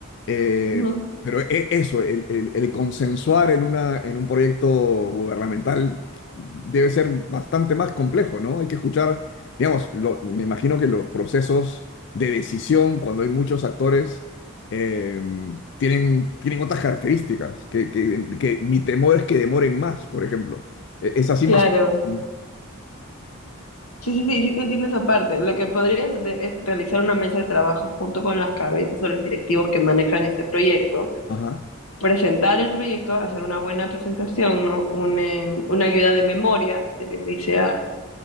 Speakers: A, on the left; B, on the left.
A: Eh,
B: ujú,
A: pero e- eso, el, el- el consensuar en una, en un proyecto gubernamental debe ser bastante más complejo, ¿no? Hay que escuchar, digamos, lo- me imagino que los procesos de decisión, cuando hay muchos actores, eh, tienen, tienen otras características, que, que- que mi temor es que demoren más, por ejemplo. E- Es así
B: claro.
A: más... ¿no?
B: Sí, sí, sí, sí te entiendo esa parte. Lo que podrías hacer es realizar una mesa de trabajo junto con las cabezas o los directivos que manejan este proyecto,
A: Ajá.
B: presentar el proyecto, hacer una buena presentación, ¿no? Un, eh, una ayuda de memoria, se les dice a,